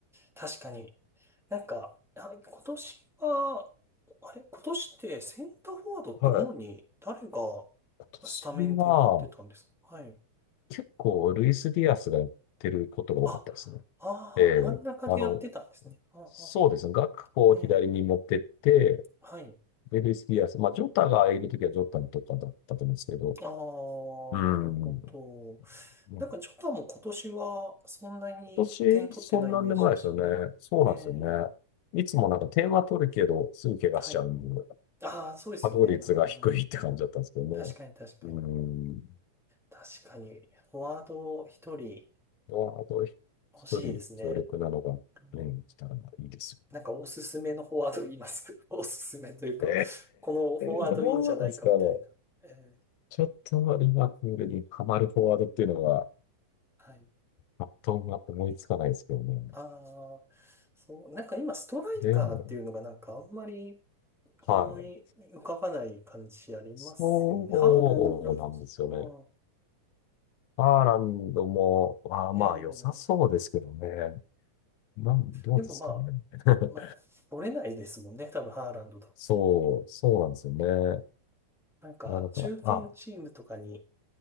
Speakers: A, in the centre; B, on the left.
A: 確かに。なんか、あ今年は、あれ、今年ってセンターフォワードって主に誰が
B: はい。今年は
A: スタメンでやってたんですかはい。
B: 結構ルイス・ディアスがやってることが多かったですね。
A: あ、ああ、
B: ええ、
A: 真ん中でやってたんですね。
B: あの、
A: ああ、
B: そうですね。学校を左に持ってって、
A: ええ。はい。
B: で、ルイス・ディアス。まあ、ジョタがいるときはジョタにとかだったと思うんですけど。
A: ああ、
B: うん。
A: なるほど。
B: まあ、
A: なんか、ジョタも今年はそんなに点取ってないイメージでしたね。
B: 今年、そんなんでもないですよね。そうなんですよね。
A: ええ、
B: いつもなんか点は取るけど、すぐ怪我しちゃうんで、
A: はい。ああ、そうですよね。
B: 稼働率が低いって感じだったんですけどね。
A: うん確かに、確かに。
B: うん。
A: 確かに、フォワード一人
B: まあと、一人強力なのが、
A: 欲しいですね。うん
B: ね、来たらいいですよ。
A: なんか、おすすめのフォワード言います。<laughs> おすすめというか、
B: え
A: このフォワードいいんじゃないかみたいな。
B: えどうなんですかね。
A: ええ、
B: ちょっとリバプールにハマるフォワードっていうのは、
A: はい。
B: パッと思いつかないですけどね。
A: ああ、そう、なんか今、ストライカーっていうのがなんかあんまり、
B: でも、はい。
A: 思い浮かばない感じありますよね。
B: そうなんですよね。
A: ハーランドくらいです。ああ、
B: ハーランドも、あーまあ良さそうですけどね。
A: ええ
B: なん、どうですかね。
A: でもまあ、
B: <laughs>
A: まあ、取れないですもんね。多分ハーランドと。
B: そう、そうなんですよね。
A: なんか、
B: まあなんか、
A: 中堅チームとかに
B: あ、